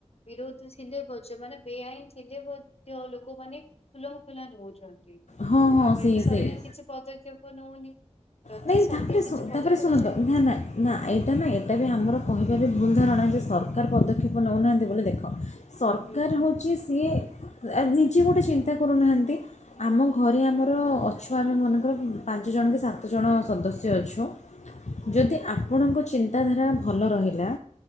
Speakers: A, on the left (about 60°); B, on the left (about 75°).
A: ବିରୋଧ ଥିଲେ ବଜ ମାନ ବେଆଇନ ଥିଲେ ମ ଯଉ ଲୋକମାନେ ଖୁଲମ ଖୁଲା ନଉଛନ୍ତି। ତା
B: ହଁ ହଁ
A: ପାଇଁ
B: ସେଇ
A: ବି ସରକାର
B: ସେଇ
A: କିଛି ପଦକ୍ଷେପ ନଉନି। ଯଦି
B: ନାଇଁ
A: ସରକାର
B: ତାପରେ
A: କିଛି ପଦକ୍ଷେପ
B: ତାପରେ ଶୁଣନ୍ତ
A: ସବୁ
B: ନା ନା ନା ଏଇଟା ନା ଏଇଟା ବି ଆମର କହିବାବି ଭୁଲ ଧାରଣା ଯେ ସରକାର ପଦକ୍ଷେପ ନେଉନାହାଁନ୍ତି ବୋଲି ଦେଖ ସରକାର
A: ହୁଁ
B: ହେଉଛି ସିଏ ନିଜେ ଗୋଟେ ଚିନ୍ତା କରୁନାହାନ୍ତି। ଆମ ଘରେ
A: ହୁଁ
B: ଆମର ଅଛ ସ ଆମେ ମନେକର ପାଞ୍ଚ ଜଣକି ସାତ ସାତ ଜଣ ସଦସ୍ୟ ଅଛୁ।
A: ହୁଁ
B: ଯଦି ଆପଣଙ୍କ ଚିନ୍ତାଧାରା ଭଲ ରହିଲା।